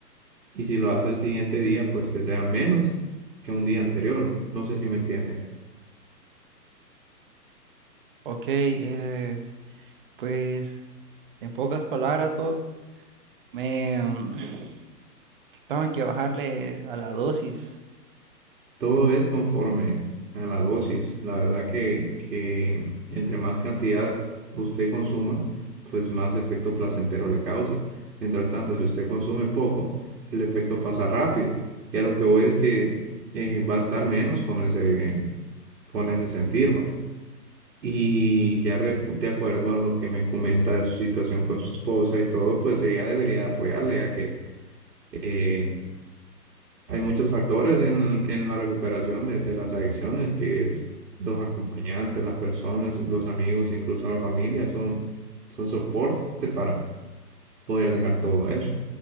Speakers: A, on the right (about 70°); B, on the right (about 35°).
A: Y si lo hace el siguiente día, pues que sea menos que un día anterior. No sé si me entiende.
B: Ok, eh, Pues en pocas palabras, Doc, me mm, <sniffs> tengo que bajarle a la dosis.
A: Todo es conforme a la dosis. La verdad que, que entre más cantidad usted consuma, pues más efecto placentero le causa. Mientras tanto, si usted consume poco, el efecto pasa rápido. Y a lo que voy es que eh, va a estar menos con ese, con ese sentir, va. Y ya re- de acuerdo a lo que me comenta de su situación con su esposa y todo, pues ella debería apoyarle, ya que eh, hay muchos factores en, en la recuperación de, de las adicciones, que es los acompañantes, las personas, los amigos, incluso la familia, son, son soporte para poder dejar todo eso.